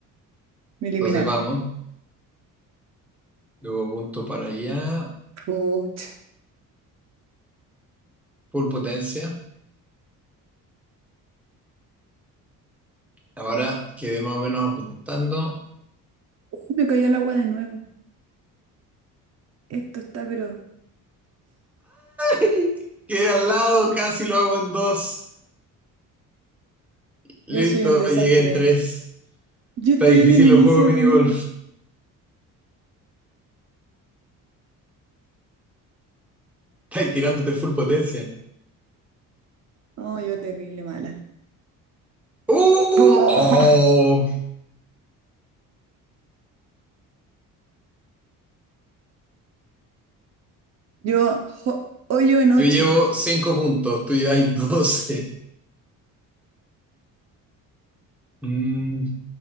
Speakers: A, on the right; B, in the centre.
A: me eliminaron.
B: entonces vamos. Luego punto para allá.
A: Pucha.
B: Full potencia. Ahora quedé más o menos apuntando.
A: Uy, me caí al agua de nuevo. Esto está, pero
B: ¡Ay! Quedé al lado, casi lo hago en dos. Listo,
A: yo soy un desastre.
B: llegué en tres.
A: Yo
B: Está
A: estoy
B: difícil
A: en el inicio
B: los juegos de
A: de
B: minigolf.
A: nuevo.
B: Estás tirándote full potencia.
A: Oh, yo terrible mala.
B: ¡Uh!
A: ¡Oh!
B: ¡Oh!
A: Yo jo- hoyo en ocho.
B: Yo llevo cinco puntos, tú llevas 12. Mm,